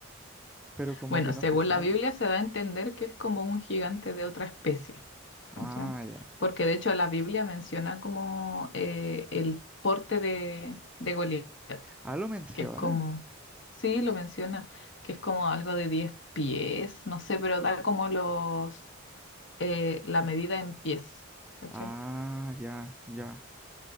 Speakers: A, in the centre; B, on the left (about 55°).
A: Pero como
B: Bueno,
A: que no
B: según
A: se sabe.
B: la Biblia se da a entender que es como un gigante de otra especie, ¿cachai?
A: Ah, ya.
B: Porque de hecho la Biblia menciona como eh, el porte de, de Goliat,
A: Ah, lo menciona.
B: que es como, sí, lo menciona, que es como algo de 10 pies, no sé, pero da como los, eh, la medida en pies, ¿cachai?
A: Ah, ya, ya.